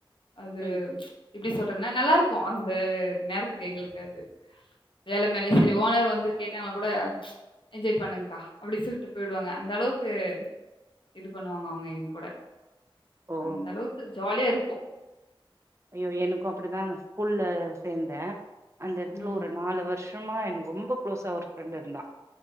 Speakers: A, on the left; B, on the right.
A: அதும்
B: ம்
A: இப்டி சொல்றதுன்னா நல்லார்க்கோ அந்த நேரத்துக்கு எங்களுக் அது வேல மேல்யே செரி ஓனர் வந்து கேட்டாங்களா கூட என்ஜாய் பண்ணுங்க்கா அப்டி சுல்ட்டு போய்டுவாங்க அந்த் அளவ்க்கு இது பண்ணுவாங்க அவ்ங்க எங் கூட
B: ஓ
A: அந்த அளவுக்கு ஜாலியா இருப்போ
B: ஐயோ எனக்கு அப்படிதாங் ஸ்கூல்ல சேந்தே அந்த எடத்துல
A: ம்.
B: ஒரு நாலு வர்ஷ் ட்டம்மா என்க்கு ரொம்ப க்ளோஸா ஒரு ஃப்ரெண்ட் இருந்தா